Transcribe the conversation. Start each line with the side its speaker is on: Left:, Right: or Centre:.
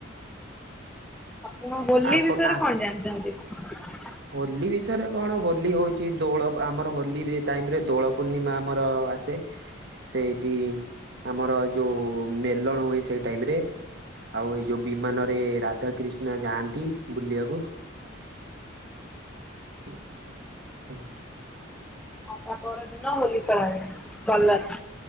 Centre: ଆପଣ ହୋଲି
Right: ଆପଣ
Centre: ବିଷୟରେ କଣ ଜାଣିଛନ୍ତି?
Right: ହୋଲି ବିଷୟରେ କଣ ହୋ ହୋଲି ହୋଉଛି ଦୋଳ ଆମର ହୋଲି ଟାଇମ୍ ରେ ଦୋଳ ପୂର୍ଣ୍ଣିମା ଆମର ଆସେ। ସେଇଠି ଆମର ଯୋଉ ମେଲଣ ହୁଏ ସେଇ ଟାଇମ ରେ ଆଉ ଏଇ ଯୋଉ ବିମାନରେ ରାଧା କ୍ରିଷ୍ଣା ଯାଆନ୍ତି ବୁଲିବାକୁ। <inaudible>
Centre: ଆଉ ତା ପର ଦିନ ହୋଲି ଖେଳା ଯାଏ କାଲା